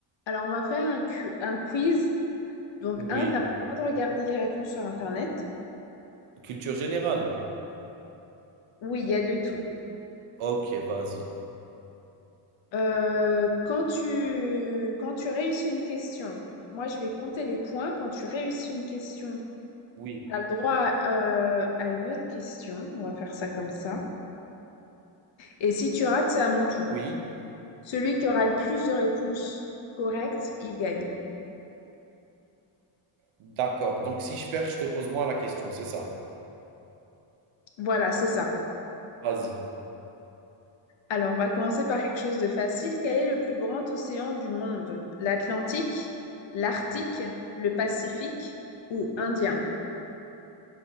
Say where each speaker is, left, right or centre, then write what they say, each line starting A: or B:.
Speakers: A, on the left; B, on the right.
A: Alors, on va faire un, cu- un quiz. Donc,
B: Oui,
A: un, t'as pas le droit de regarder les réponses sur Internet.
B: culture générale?
A: Oui, il y a de tout.
B: OK, vas-y.
A: Euh, quand tu, quand tu réussis une question, moi, je vais compter les points. Quand tu réussis une question,
B: Oui,
A: t'as le droit euh, à une autre question. On va faire ça comme ça. Et si tu rates, c'est à mon tour.
B: oui,
A: Celui qui aura le plus de réponses correctes, il gagne.
B: d'accord. Donc si je perds, je te pose moi la question, c'est ça?
A: Voilà, c'est ça.
B: Vas-y.
A: Alors, on va commencer par quelque chose de facile. Quel est le plus grand océan du monde? L'Atlantique, l'Arctique, le Pacifique ou Indien?